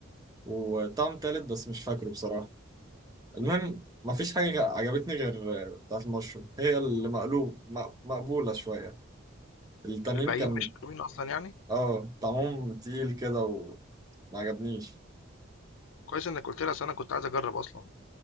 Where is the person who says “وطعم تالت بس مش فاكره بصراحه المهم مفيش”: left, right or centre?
Right